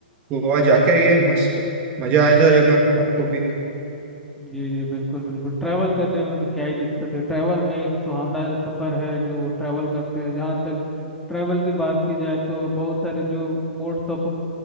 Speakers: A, on the right; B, in the centre.
A: गोवा जाके आइए मस्त मजा आ जाएगा आपको भी
B: जी जी बिल्कुल बिल्कुल ट्रैवल करने में तो क्या ही दिक्कत है ट्रैवल में एक सुहाना सफ़र है जो ट्रैवल करते हैं जहाँ तक ट्रैवल की बात की जाए तो बहुत सारे जो मोड्स ऑफ